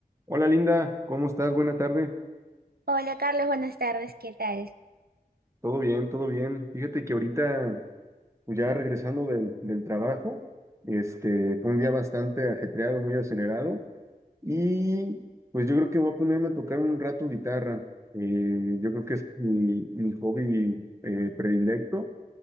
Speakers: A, on the right; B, on the right.
A: Hola Linda, ¿cómo estás? Buena tarde.
B: Hola Carlos, buenas tardes, ¿qué tal?
A: Todo bien, todo bien. Fíjate que ahorita, pues ya regresando del, del trabajo, este, fue un día bastante ajetreado, muy acelerado, y pues yo creo que voy a ponerme a tocar un rato guitarra. Eh, yo creo que es mi, mi hobby eh, predilecto.